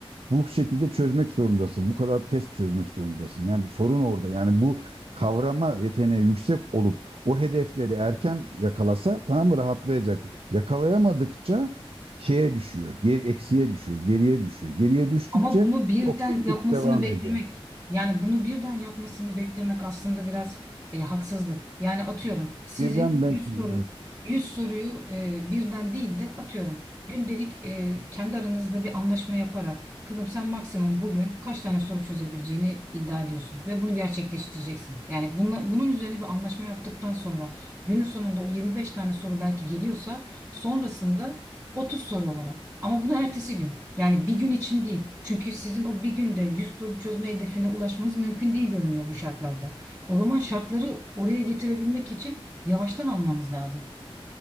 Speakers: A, on the right; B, on the right.
A: bu şekilde çözmek zorundasın. Bu kadar test çözmek zorundasın. Yani sorun orada. Yani bu kavrama yeteneği yüksek olup o hedefleri erken yakalasa tamam mı rahatlayacak. Yakalayamadıkça şeye düşüyor. Ger eksiye düşüyor. Geriye düşüyor. Geriye düştükçe
B: Ama bunu birden
A: toksiklik
B: yapmasını
A: devam
B: beklemek,
A: ediyor.
B: yani bunu birden yapmasını beklemek aslında biraz e, haksızlık. Yani atıyorum sizin
A: Birden
B: 100
A: belki
B: soru
A: evet.
B: 100 soruyu e, birden değil de atıyorum gündelik e, kendi aranızda bir anlaşma yaparak kızım sen maksimum bugün kaç tane soru çözebileceğini iddia ediyorsun ve bunu gerçekleştireceksin. Yani bunla, bunun üzerine bir anlaşma yaptıktan sonra günün sonunda o 25 tane soru belki geliyorsa sonrasında 30 soru olarak. Ama bunu ertesi gün. Yani bir gün için değil. Çünkü sizin o bir günde 100 soru çözme hedefine ulaşmanız mümkün değil görünüyor bu şartlarda. O zaman şartları oraya getirebilmek için yavaştan almanız lazım.